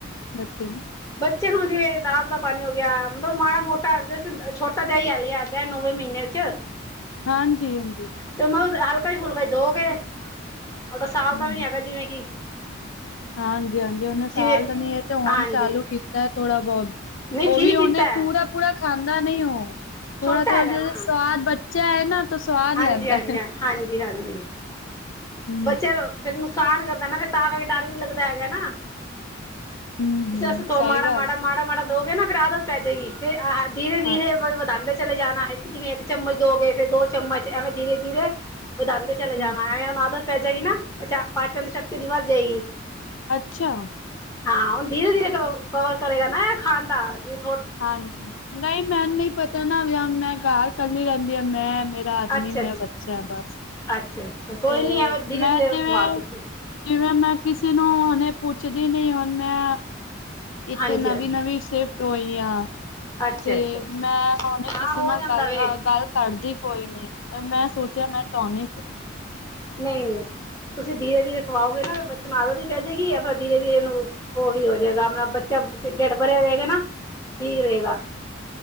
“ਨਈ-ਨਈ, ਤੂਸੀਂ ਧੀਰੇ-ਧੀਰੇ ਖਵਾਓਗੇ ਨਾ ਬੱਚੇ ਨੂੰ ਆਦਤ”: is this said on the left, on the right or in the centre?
Left